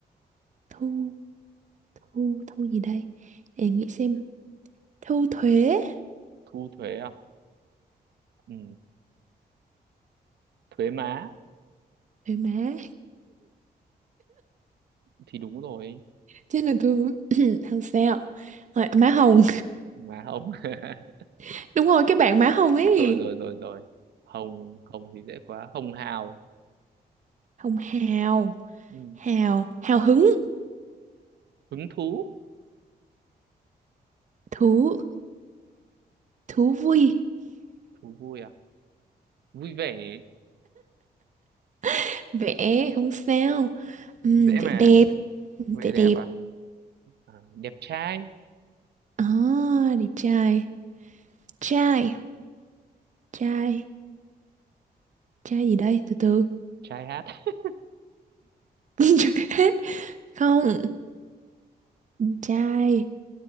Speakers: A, on the right (about 45°); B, on the right (about 80°).
A: thu, thu, thu gì đây? Để nghĩ xem, thu thuế,
B: thu thuế à ừ, thuế má
A: thuế má.
B: thì đúng rồi
A: Chắc là tôi <clears throat> không sao rồi, má Hồng
B: má không <laughs>
A: <laughs> đúng rồi cái bạn má Hồng ấy
B: rồi rồi rồi rồi hồng hồng thì dễ quá hồng hào
A: Hồng hào
B: ừ.
A: hào hào hứng
B: hứng thú
A: thú thú vui
B: thú vui à vui vẻ
A: <laughs> vẽ không sao Ừm,
B: dễ
A: vẽ
B: mà
A: đẹp
B: vẻ
A: vẽ
B: đẹp
A: đẹp
B: à, à đẹp trai
A: à, đẹp trai trai trai trai gì đây từ từ
B: trai hát <laughs>
A: <laughs> Chưa hết không trai